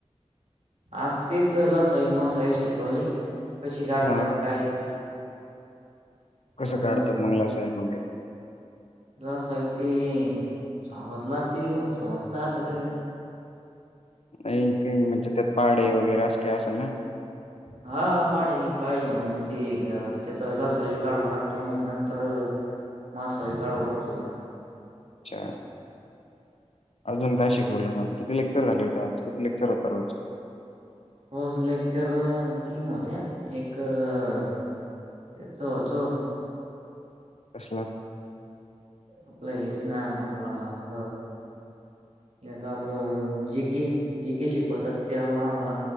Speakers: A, on the right; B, on the left.
A: आज तेच ल साई म साई शिकवले कशी कााढतात
B: हा
A: काय
B: कसं
A: अन
B: काढतात मंगला साहेब वगैरे
A: ज सग ते सांगतला ते लिहून समजत असं का
B: नाही का म्हणजे त्यात पाडे वगैरे असं काही असेल ना
A: हाा पाणी पाय म्हणून त त्याचा लस ब कााडावा लागतो मग नंतर मासा ह गाड लागत
B: अच्छा अजून काय शिकवलंग आम् कि लेक्चर झाले होते आज किती लेक्र होता रोज
A: फज लेक्चर तीन होत्या एक त्याचा होतो
B: अससल
A: आपला येश ना आपला ह याच आपलं जी केे जी केे शिकवतात तेण आम्हाला